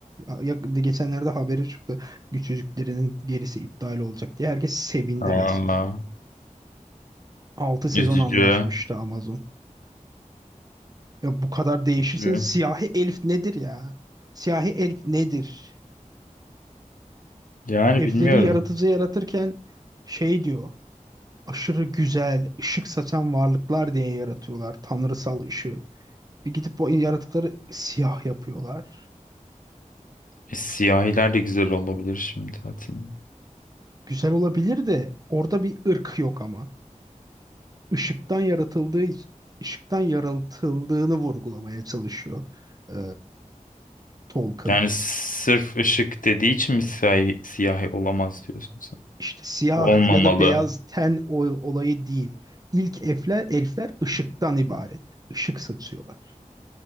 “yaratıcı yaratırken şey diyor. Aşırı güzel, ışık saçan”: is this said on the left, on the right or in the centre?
Right